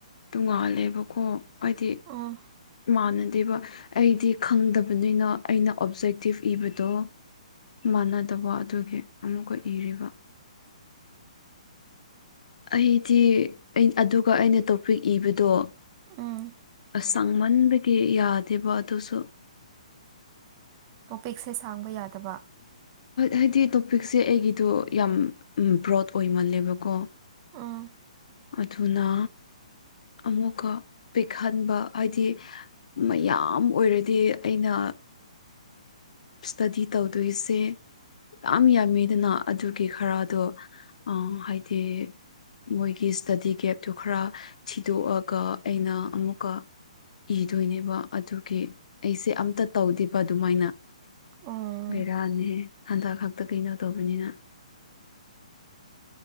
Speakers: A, on the left; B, on the right.
A: ꯇꯣꯡꯉꯥꯜꯂꯦꯕꯀꯣ ꯍꯥꯏꯗꯤ
B: ꯎꯝ
A: ꯃꯥꯟꯅꯗꯦꯕ ꯑꯩꯗꯤ ꯈꯪꯗꯕꯅꯤꯅ ꯑꯩꯅ ꯑꯣꯞꯖꯦꯛꯇꯤꯞ ꯏꯕꯗꯣ ꯃꯥꯟꯅꯗꯕ ꯑꯗꯨꯒꯤ ꯑꯃꯨꯛꯀ ꯏꯔꯤꯕ ꯑꯩꯗꯤ ꯑꯗꯨꯒ ꯑꯩꯅ ꯇꯣꯄꯤꯛ ꯏꯕꯗꯣ
B: ꯑꯥ
A: ꯑꯁꯥꯡꯃꯟꯕꯤ ꯌꯥꯗꯕ ꯑꯗꯨꯁꯨ
B: ꯇꯣꯄꯤꯛꯁꯦ ꯁꯥꯡꯕ ꯌꯥꯗꯕ
A: ꯍꯥꯏꯗꯤ ꯇꯣꯄꯤꯛꯁꯦ ꯑꯩꯒꯤꯗꯣ ꯌꯥꯝ ꯕ꯭ꯔꯣꯗ ꯑꯣꯏꯃꯜꯂꯦꯕꯀꯣ
B: ꯑꯥ
A: ꯑꯗꯨꯅ ꯑꯃꯨꯛꯀ ꯄꯤꯛꯍꯟꯕ ꯍꯥꯏꯗꯤ ꯃꯌꯥꯝ ꯑꯣꯏꯔꯗꯤ ꯑꯩꯅ ꯁ꯭ꯇꯗꯤ ꯇꯧꯗꯣꯏꯁꯦ ꯌꯥꯝ ꯌꯥꯝꯃꯤꯗꯅ ꯑꯗꯨꯒꯤ ꯈꯔꯗꯣ ꯑ ꯍꯥꯏꯗꯤ ꯃꯣꯏꯒꯤ ꯏꯁꯇꯗꯤ ꯒꯦꯞꯇꯨ ꯈꯔ ꯊꯤꯗꯣꯛꯑꯒ ꯑꯩꯅ ꯑꯃꯨꯛꯀ ꯏꯗꯣꯏꯅꯦꯕ ꯑꯗꯨꯒꯤ ꯑꯩꯁꯦ ꯑꯝꯇ ꯇꯧꯗꯦꯕ ꯑꯗꯨꯃꯥꯏꯅ
B: ꯎꯝ
A: ꯕꯦꯔꯥꯅꯤꯍꯦ ꯍꯟꯗꯛ ꯈꯥꯛꯛꯇ ꯀꯩꯅꯣ ꯇꯧꯕꯅꯤꯅ